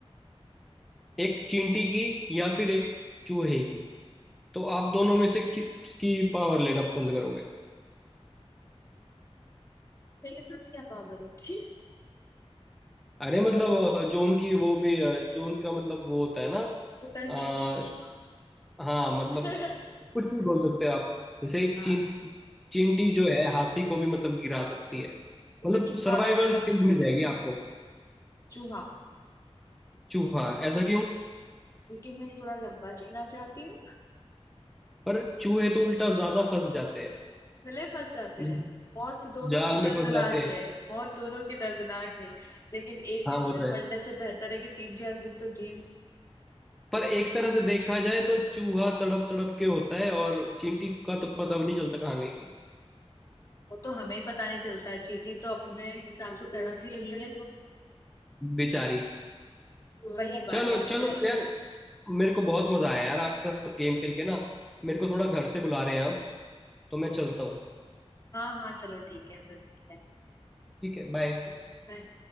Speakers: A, in the centre; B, on the left (about 30°).
A: एक चींटी की या फिर एक चूहे की तो आप दोनों में से किस की पावर लेना पसंद करोगे
B: मेरे पास क्या पावर होती है
A: अरे मतलब अ, जो उनकी वो भी अ, जो उनका मतलब वो होता है ना
B: उतरने
A: आ,
B: की
A: हाँ मतलब
B: <laughs>
A: कुछ भी बोल सकते हो आप जैसे एक
B: हाँ
A: चीं, चींटी जो है हाथी को भी मतलब गिरा सकती है
B: तो
A: मतलब
B: मैं चूहा
A: सर्वाइवल
B: बनना पसंद
A: स्किल्स मिल
B: करूँ
A: जाएगी आपको
B: चूहा
A: चूहा ऐसा क्यों
B: क्योंकि मैं थोड़ा लंबा जीना चाहती हूँ
A: पर चूहे तो उल्टा ज्यादा फंस जाते
B: गले फंस जाते
A: हैं
B: हैं मौत दोनों
A: जाल
B: की
A: में
B: दर्दनाक
A: फंस जाते हैं
B: है मौत दोनों की दर्दनाक है लेकिन एक
A: हाँ
B: दिन
A: वो तो
B: में
A: है
B: मरने से बेहतर है कि तीन चार दिन तो जी
A: पर एक तरह से देखा जाए तो चूहा तड़प तड़प के होता है और चींटी का तो पता भी नहीं चलता कहाँ गई
B: वो तो हमें पता नहीं चलता है चींटी तो अपने हिसाब से तड़प ही रही है
A: बेचारी
B: वही बात
A: चलो
B: है बेचारे
A: चलो तो यार मेरे को बहुत मजा आया यार आपके साथ गेम खेल के ना मेरे को थोड़ा घर से बुला रहे हैं अब तो मैं चलता हूँ
B: हाँ हाँ चलो ठीक है फिर मिलते हैं
A: ठीक है बाय
B: Okay bye